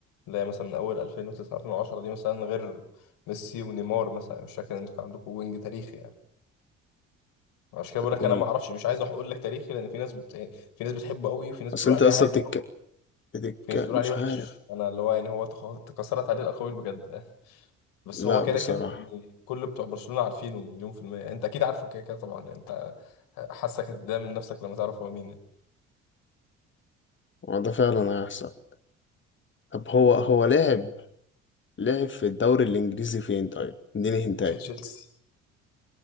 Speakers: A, on the left; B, on the left.
A: زي مثلا من اول 2009 2010 دي مثلا غير ميسي ونيمار مثلا مش فاكر ان انتوا كان عندكم وينج تاريخي يعني عشان كده بقول لك
B: رونالدو
A: انا ما اعرفش مش عايز اقول لك تاريخي لان في ناس بت... يعني في ناس بتحبه قوي وفي ناس
B: اصل
A: بتقول
B: انت
A: عليه
B: اصلا
A: عادي
B: بتتك... الدكة
A: في ناس بتقول
B: مش
A: عليه وحش
B: عارف
A: انا اللي هو يعني هو تخ- تكسرت عليه الاقاويل بجد <laughs> بس
B: لا
A: هو كده
B: بصراحة
A: كده يعني كل بتوع برشلونه عارفينه مليون في الميه انت اكيد عارفه كده كده طبعا انت حاسك هتتضايق من نفسك لما تعرف هو مين يعني.
B: هو ده فعلا هيحصل طب هو هو لعب لعب في الدوري الإنجليزي فين طيب؟ اديني هنتاية
A: في تشيلسي